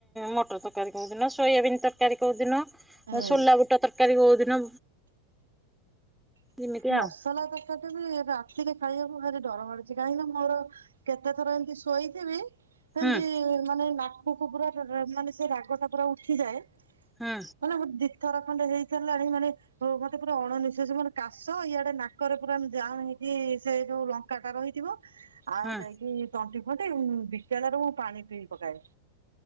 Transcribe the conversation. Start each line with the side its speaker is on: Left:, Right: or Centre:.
Centre: ମଟର ତରକାରୀ କୋଉ ଦିନ ସୋୟାବିନ୍ ତରକାରୀ କୋଉ ଦିନ
Right: ହୁଁ।
Centre: ସୋଲା ବୁଟ ତରକାରୀ କୋଉ ଦିନ ଏମିତି
Right: ମସଲା
Centre: ଆଉ
Right: ତରକାରୀଟା ବି ରାତିରେ ଖାଇବାକୁ ଭାରି ଡର ମାଡୁଛି କାହିଁକି ନା ମୋର କେତେଥର ଏମିତି ଶୋଇଥିବି ସେମତି-ଇ-ଇ-ଇ
Centre: ହୁଁ
Right: ମାନେ ନାକକୁ ପୁରା ରେ ମାନେ ସେ ରାଗ ଫାଗ ଗୁରା ଉଠିଯାଏ।
Centre: ହୁଁ
Right: ମାନେ ମୋ ଦି ଥର ଖଣ୍ଡେ ହେଇ ସାରିଲାଣି ମାନେ ମତେ ପୁରା ଅଣନିଃଶ୍ୱାସୀ ମାନେ କା ଶ ଏଆଡେ ନାକରେ ପୁରା ଜାମ୍ ହେଇକି ସେ ଯୋଉ ଲଙ୍କାଟା ରହିଥିବ ଆଉ
Centre: ହୁଁ।
Right: ଯାଇକି ତଣ୍ଟି ଫଣ୍ଟି ବିକଳରେ ମୁଁ ପାଣି ପିଇ ପକାଏ।